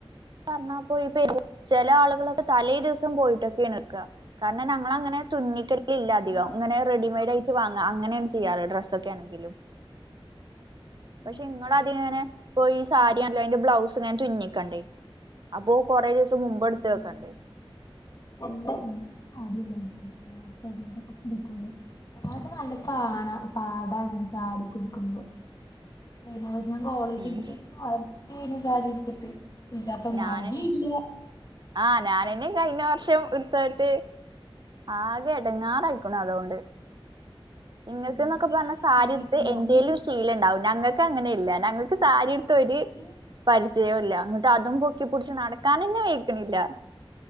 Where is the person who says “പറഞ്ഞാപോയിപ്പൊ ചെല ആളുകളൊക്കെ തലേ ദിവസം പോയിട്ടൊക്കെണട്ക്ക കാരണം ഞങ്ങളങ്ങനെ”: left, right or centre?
Right